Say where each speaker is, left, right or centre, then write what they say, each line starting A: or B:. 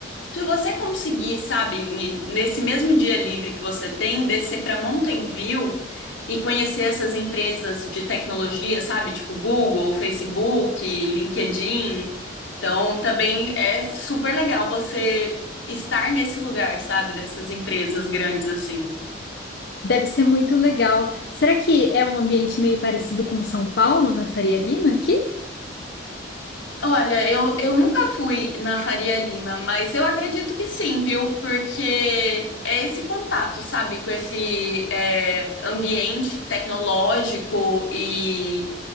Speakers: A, on the left (about 80°); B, on the left (about 55°).
A: se você conseguir, sabe, em- nesse mesmo dia livre que você tem, descer para Mountain View e conhecer essas empresas de tecnologia, sabe, tipo Google, Facebook, LinkedIn. Então, também é super legal você estar nesse lugar, sabe, dessas empresas grandes assim.
B: Deve ser muito legal. Será que é um ambiente meio parecido com São Paulo, na Faria Lima, aqui?
A: Olha, eu, eu nunca fui na Faria Lima, mas eu acredito que sim, viu? Porque é esse contato, sabe, com esse é, ambiente tecnológico e,